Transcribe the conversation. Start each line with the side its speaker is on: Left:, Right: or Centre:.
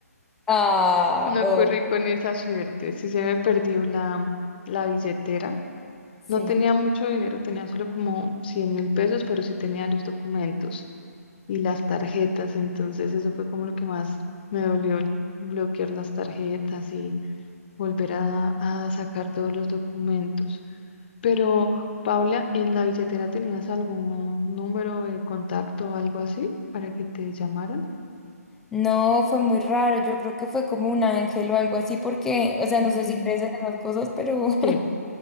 Centre: Ah,
Left: No
Centre: obvio,
Left: corrí con esa suerte. Sí se me perdió la, la billetera.
Centre: sí.
Left: No tenía mucho dinero, tenía solo como cien mil pesos, pero sí tenía los documentos y las tarjetas. Entonces eso fue como lo que más me dolió, el bloquear las tarjetas y volver a, a sacar todos los documentos. Pero, Paula, ¿en la billetera tenías algún número de contacto o algo así para que te llamaran?
Centre: No, fue muy raro. Yo creo que fue como un ángel o algo así, porque, o sea,
Left: Ujú.
Centre: no sé si crees en esas cosas, pero
Left: Sí,
Centre: <laughs>